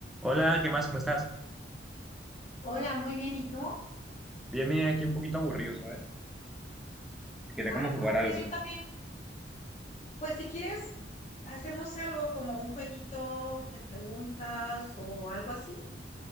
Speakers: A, in the centre; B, on the left.
A: Hola, ¿qué más? ¿Cómo estás?
B: Hola, muy bien. ¿Y tú?
A: Bien, bien, aquí un poquito aburrido, ¿sabes? Quería
B: Ay,
A: como jugar
B: ¿cómo crees?
A: algo.
B: Yo también. Pues si quieres, hacemos algo como un jueguito de preguntas o algo así.